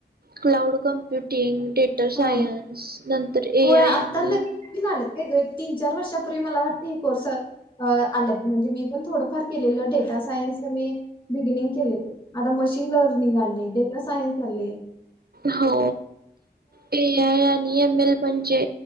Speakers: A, on the right (about 60°); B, on the left (about 25°).
A: Cloud computing. डेटर सायन्स
B: हा
A: नंतर ए
B: होय
A: आय
B: आता
A: आणि
B: नवीन आल्यात. तीन चार वर्षापूर्वी मला वाटत हे कोर्स आल्यात म्हणजे मी पण थोडंफार केलेलं डेटा सायन्स तर मी बिगिनिंग केलेलं आता मशीन लर्निंग आले डेटा सायन्स आलय.
A: हो ते या नि म्हणजे